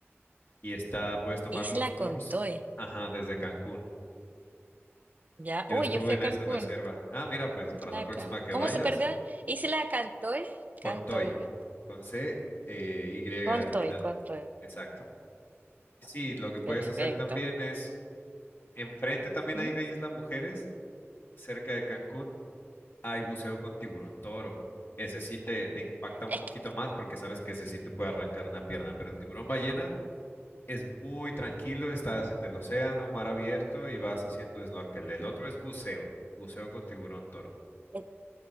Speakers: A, on the left; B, on the right.
A: y está, puedes tomar
B: Isla
A: los tours,
B: Contoy.
A: ajá, desde Cancún.
B: Ya.
A: Yo
B: Uy,
A: estuve
B: yo fui
A: en
B: a Cancún.
A: esa reserva. Ah, mira, pues
B: Isla
A: para la próxima
B: Can-
A: que
B: ¿Cómo
A: vayas,
B: se perdona? Isla Cantoy.
A: con
B: Cantoy.
A: Toy, con C, eh, Y
B: Contoy,
A: al final.
B: Contoy.
A: Exacto. Sí, lo que puedes
B: Perfecto.
A: hacer también es, enfrente también
B: ¿Mm?
A: hay de Isla Mujeres, cerca de Cancún, hay buceo con tiburón toro. Ese sí te, te impacta un
B: Es
A: poquito
B: que
A: más porque sabes que ese sí te puede arrancar una pierna, pero el tiburón ballena Es muy tranquilo, estás en el océano, mar abierto y vas haciendo snorkel. El otro es buceo, buceo con tiburón toro.
B: eh,